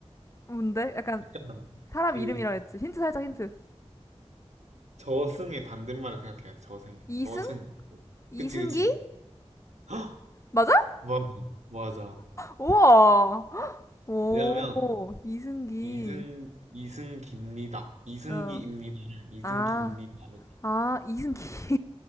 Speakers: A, on the left (about 25°); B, on the right (about 90°).
A: 뭔데? 약간
B: 약간,
A: 사람
B: 그,
A: 이름이라 했지. 힌트 살짝 힌트.
B: 저승의 반대말을 생각해야 돼, 저승이.
A: 이승?
B: 저승.
A: 이승기?
B: 그치, 그치. <gasps> 헉!
A: 맞아?
B: 맞아, 맞아.
A: 우와. 오,
B: 왜냐면,
A: 이승기.
B: 이승, 이승기입니다. 이승기입니다를,
A: 어.
B: 이승기입니다.
A: 아,
B: 이렇게.
A: 아, 이승기.